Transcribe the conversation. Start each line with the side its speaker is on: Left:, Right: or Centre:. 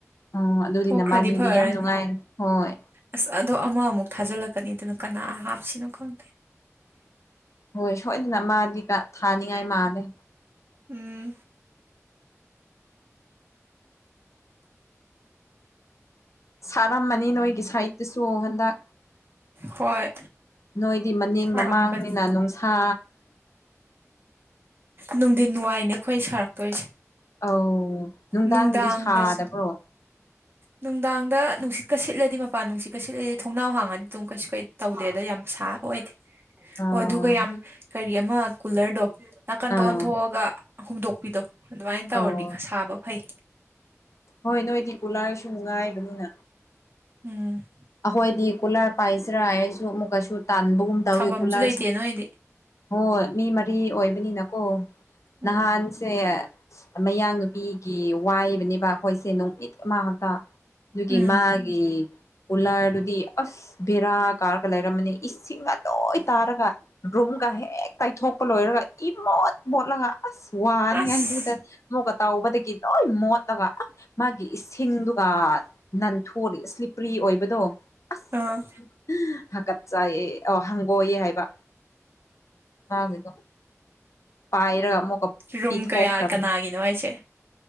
Left: ꯎ ꯑꯗꯨꯗꯤ
Right: ꯊꯣꯛꯈ꯭ꯔꯗꯤ
Left: ꯅꯃꯥꯅꯤꯗꯤ
Right: ꯐꯔꯅꯤ
Left: ꯌꯥꯝ ꯅꯨꯡꯉꯥꯏ ꯍꯣꯏ
Right: ꯑꯁ ꯑꯗꯣ ꯑꯃꯃꯨꯛ ꯊꯥꯖꯤꯜꯂꯛꯀꯅꯤꯗꯅ ꯑꯗꯨꯅ ꯀꯅꯥ ꯍꯥꯞꯁꯤꯅꯣ ꯈꯪꯗꯦ
Left: ꯍꯣꯏ ꯁꯣꯏꯗꯅ ꯃꯥꯗꯤ ꯀꯥ ꯊꯥꯅꯤꯡꯉꯥꯏ ꯃꯥꯜꯂꯦ
Right: ꯎꯝ
Left: ꯁꯥꯔꯝꯃꯅꯤ ꯅꯣꯏꯒꯤ ꯁꯥꯏꯗꯠꯇꯁꯨ ꯍꯟꯗꯛ
Right: ꯍꯣꯏ
Left: ꯅꯣꯏꯗꯤ ꯃꯅꯤꯡ
Right: ꯁꯥꯔꯝꯒꯅꯤ
Left: ꯃꯃꯥꯡꯅꯤꯅ ꯅꯨꯡꯁꯥ
Right: ꯅꯨꯡꯊꯤꯟ ꯋꯥꯏꯅꯦ ꯑꯩꯈꯣꯏ ꯁꯥꯔꯛꯇꯣꯏꯁꯦ
Left: ꯑꯧ ꯅꯨꯡꯗꯥꯡꯗꯗꯤ
Right: ꯅꯨꯡꯗꯥꯡꯗꯁꯨ
Left: ꯁꯥꯗꯕ꯭ꯔꯣ
Right: ꯅꯨꯡꯗꯥꯡꯗ ꯅꯨꯡꯁꯤꯠꯀ ꯁꯤꯠꯂꯗꯤ ꯃꯄꯥꯟ ꯅꯨꯡꯁꯤꯠꯀ ꯁꯤꯠꯂꯗꯤ ꯊꯣꯡꯅꯥꯎ ꯍꯥꯡꯉꯗꯤ ꯑꯗꯨꯝ ꯀꯩꯁꯨ ꯀꯩ ꯇꯧꯗꯦ ꯑꯗꯥꯏ ꯌꯥꯝ ꯁꯥꯕ ꯑꯣꯏꯗꯦ
Left: ꯑꯥ
Right: ꯑꯣ ꯑꯗꯨꯒ ꯌꯥꯝ ꯀꯔꯤ ꯑꯃ ꯀꯨꯂꯔꯗꯣ ꯅꯥꯀꯟꯗ
Left: ꯑꯥ
Right: ꯑꯣꯟꯊꯣꯛꯑꯒ ꯍꯨꯝꯗꯣꯛꯄꯤꯗꯣ ꯑꯗꯨꯃꯥꯏꯅ ꯇꯧꯔꯗꯤ
Left: ꯑꯧ
Right: ꯈ ꯁꯥꯕ ꯐꯩ
Left: ꯍꯣꯏ ꯅꯣꯏꯗꯤ ꯀꯨꯂꯔꯁꯨ ꯅꯨꯡꯉꯥꯏꯕꯅꯤꯅ
Right: ꯎꯝ
Left: ꯑꯩꯈꯣꯏꯗꯤ ꯀꯨꯂꯔ ꯄꯥꯏꯁꯤ꯭ꯔꯥ ꯍꯥꯏꯔꯁꯨ ꯑꯃꯨꯛꯀꯁꯨ ꯇꯥꯟꯕꯒꯨꯝ ꯇꯧꯋꯦ
Right: ꯊꯝꯐꯝꯁꯨ
Left: ꯀꯨꯂꯔꯁꯦ
Right: ꯂꯩꯇꯦ ꯅꯣꯏꯗꯤ
Left: ꯍꯣꯏ ꯃꯤ ꯃꯔꯤ ꯑꯣꯏꯕꯅꯤꯅꯀꯣ
Right: ꯎꯝ
Left: ꯅꯍꯥꯟ ꯁꯦ ꯃꯌꯥꯡ ꯅꯨꯨꯄꯤꯒꯤ ꯋꯥꯏꯕꯅꯦꯕ ꯑꯩꯈꯣꯏꯁꯦ ꯅꯨꯣꯡꯃꯤꯠ ꯃꯥ ꯉꯥꯛꯇ ꯑꯗꯨꯒꯤ
Right: ꯎꯝ
Left: ꯃꯥꯒꯤ ꯀꯨꯂꯔꯗꯨꯗꯤ ꯑꯁ ꯕꯦꯔꯥ ꯀꯥꯔꯒ ꯂꯩꯔꯝꯃꯅꯤ ꯏꯁꯤꯡꯅ ꯂꯣꯏ ꯇꯥꯔꯒ ꯔꯨꯝꯒ ꯍꯦꯛ ꯇꯩꯊꯣꯛꯄ ꯂꯣꯏꯔꯒ ꯏ ꯃꯣꯠ ꯃꯣꯠꯂꯒ ꯑꯁ ꯋꯥꯅꯤ
Right: ꯑꯁ
Left: ꯍꯥꯏꯗꯨꯗ ꯃꯣꯛꯀ ꯇꯥꯎꯕꯗꯒꯤ ꯂꯣꯏ ꯃꯣꯠꯂꯒ ꯃꯥꯒꯤ ꯏꯁꯤꯡꯗꯨꯒ ꯅꯅꯥꯟꯊꯣꯔꯔꯤ ꯄ꯭ꯔꯤ ꯑꯣꯏꯕꯗꯣ ꯑꯁ
Right: ꯑꯥ
Left: ꯍꯥꯀꯠ ꯆꯥꯏꯌꯦ ꯑ ꯍꯪꯒꯣꯛꯌꯦ ꯍꯥꯏꯕ ꯃꯥꯒꯤꯗꯣ ꯄꯥꯏꯔꯒ ꯑꯃꯨꯛꯀ
Right: ꯔꯨꯝ
Left: ꯄꯤꯊꯣꯛꯈ꯭ꯔꯕꯅꯤ
Right: ꯀꯌꯥ ꯀꯅꯥꯒꯤꯅꯣ ꯍꯥꯏꯁꯦ